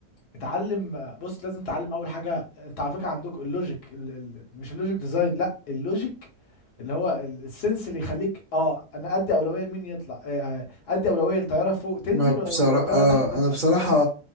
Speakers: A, on the left (about 80°); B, on the right (about 40°).
A: اتعلم بص لازم تتعلم اول حاجه انت على فكره عندكم اللوجيك ال ال مش اللوجيك ديزاين لا اللوجيك اللي هو ال- السنس اللي يخليك اه انا ادي اولويه لمين يطلع آه، آه، ادي اولويه للطياره فوق تنزل
B: ما
A: ولا
B: بصراحة
A: ولا الطياره
B: آه،
A: تحت تطلع
B: أنا بصراحة
A: فاهمني